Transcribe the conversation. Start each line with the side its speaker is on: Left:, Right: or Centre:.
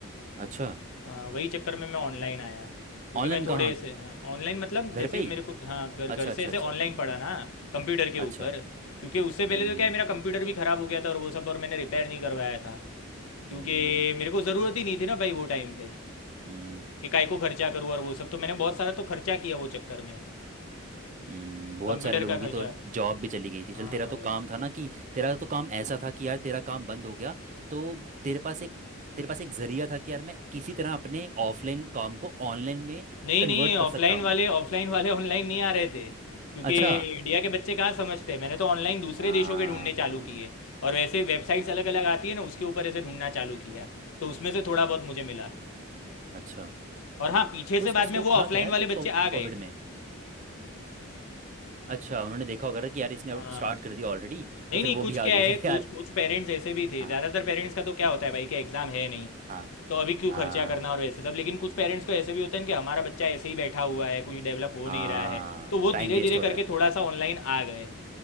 Right: अच्छा
Left: हाँ वही चक्कर में मैं ऑनलाइन आया क्योंकि
Right: ऑनलाइन
Left: मैं थोड़े
Right: कहाँ
Left: ऐसे ऑनलाइन मतलब
Right: घर
Left: जैसे
Right: पे ही
Left: मेरे को हाँ घर
Right: अच्छा
Left: घर से
Right: अच्छा
Left: ऐसे
Right: अच्छा
Left: ऑनलाइन पढ़ा ना कंप्यूटर के
Right: अच्छा
Left: ऊपर क्योंकि उससे पहले
Right: हम्म
Left: तो क्या है मेरा कंप्यूटर भी ख़राब हो गया था और वो सब और मैंने रिपेयर नहीं करवाया था क्योंकि
Right: हम्म
Left: मेरे को ज़रूरत ही नहीं थी ना भाई वो टाइम पे
Right: हम्म
Left: कि काय को खर्चा करूँ और वो सब तो मैंने बहुत सारा तो खर्चा किया वो चक्कर में
Right: हम्म, बहुत
Left: कंप्यूटर
Right: सारे लोगों
Left: का
Right: की
Left: खर्चा
Right: तो जॉब भी चली गई थी
Left: हाँ
Right: चल तेरा
Left: भाई
Right: तो काम था ना कि तेरा तो काम ऐसा था कि यार तेरा काम बंद हो गया तो तेरे पास एक तेरे पास एक जरिया था कि यार मैं किसी तरह अपने ऑफलाइन काम को ऑनलाइन में
Left: नहीं
Right: कन्वर्ट
Left: नहीं
Right: कर
Left: ऑफलाइन
Right: सकता हूँ
Left: वाले ऑफलाइन वाले ऑनलाइन नहीं आ रहे थे क्योंकि
Right: अच्छा
Left: इंडिया के बच्चे कहाँ समझते हैं मैंने तो ऑनलाइन दूसरे
Right: हाँ
Left: देशों के ढूंढने चालू किए और वैसे वेबसाइट्स
Right: ओ
Left: अलग अलग आती है ना उसके ऊपर ऐसे ढूंढना चालू किया तो उसमें से थोड़ा बहुत मुझे मिला
Right: अच्छा
Left: और हाँ पीछे
Right: तो
Left: से
Right: उसका
Left: बाद
Right: स्कोप
Left: में वो ऑफलाइन
Right: था क्या यार
Left: वाले
Right: कुछ
Left: बच्चे
Right: कोविड
Left: आ गए
Right: में अच्छा उन्होंने देखा होगा ना कि यार इसने
Left: हाँ
Right: स्टार्ट
Left: हाँ
Right: कर दिया ऑलरेडी
Left: नहीं
Right: तो फिर
Left: नहीं कुछ
Right: वो भी
Left: क्या
Right: आगे
Left: है
Right: चले
Left: कुछ
Right: यार
Left: कुछ पेरेंट्स ऐसे भी थे
Right: हाँ
Left: ज़्यादातर पेरेंट्स का तो क्या होता है भाई कि एग्ज़ाम है नहीं
Right: हाँ
Left: तो अभी क्यों
Right: हाँ
Left: खर्चा करना और वैसे सब लेकिन कुछ पेरेंट्स को ऐसे भी होते हैं कि हमारा बच्चा ऐसे ही बैठा हुआ है कुछ डेवलप हो
Right: हाँ
Left: नहीं रहा है तो वो
Right: टाइम
Left: धीरे
Right: वेस्ट
Left: धीरे
Right: हो
Left: करके
Right: रहा है
Left: थोड़ा सा ऑनलाइन आ गए